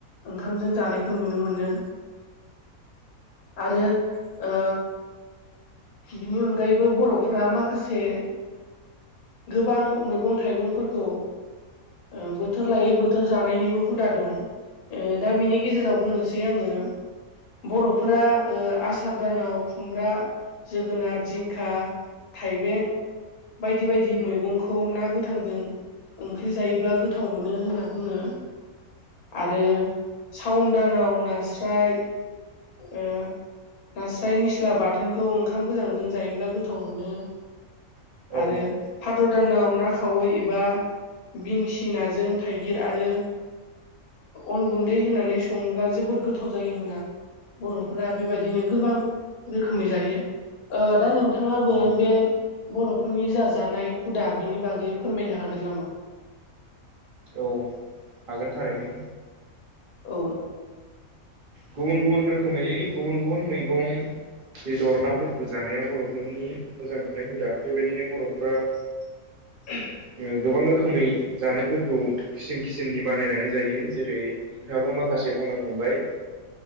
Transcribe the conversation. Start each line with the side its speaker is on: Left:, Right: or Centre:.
Left: ओंखामजों जानायखौ नुनो मोनो। आरो ओ बिनि अनगायैबो बर'फोरा माखासे गोबां मैगं थाइगंफोरखौ ओ बोथोर लायै बोथोर जानायनिबो हुदा दं ओ दा बिनि गेजेराव बुंनोसै आङो बर'फोरा आसार दानाव खुमब्रा जोगोनार जिंखा थाइबें बायदि बायदि मैगंखौ ना गोथांजों ओंख्रि जायोबा गोथाव मोनो होनना बुङो आरो साउन दानाव नास्राय ओ नास्राय निस्ला बाथोनखौ ओंखाम गोजांजों जायोब्ला गोथाव मोनो
Right: औ
Left: आरो भाद्र दानाव ना खावै एबा बिंसि नाजों थाइगिर आरो अन गुन्दै होननानै सङोब्ला जोबोद गोथाव जायो होनना बर'फोरा बेबायदिनो गोबां रोखोमै जायो दा नोंथां बिथाङाबो
Right: नंगौ
Left: बे बर'फोरनि जा जानाय हुदा बिनि बागै फोरमायनो हागोन नामा
Right: औ हागोन थारैनो
Left: औ
Right: गुबुन गुबुन रोखोमै गुबुन गुबुन मैगं बे दरनाफोरखौ जानाया बर'फोरनि मोजां मोननाय हुदा बेबायदिनो बर'फोरा
Left: <unintelligible>
Right: ओ गोबां रोखोमै जानायफोर खौ खिसिम खिसिननि बानायनानै जायो जेरै नोंथाङाबो माखासे बुंलांखांबाय